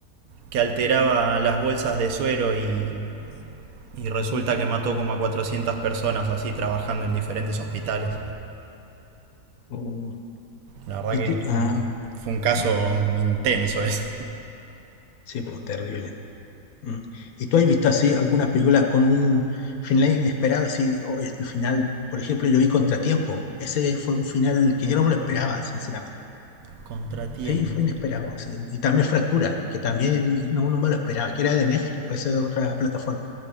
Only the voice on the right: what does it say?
que alteraba las bolsas de suero y, y resulta
que mató como a 400 personas así trabajando en diferentes hospitales.
La verdad
que
fue, una- fue un caso
intenso ese.
Contratiempo.
contratiempo.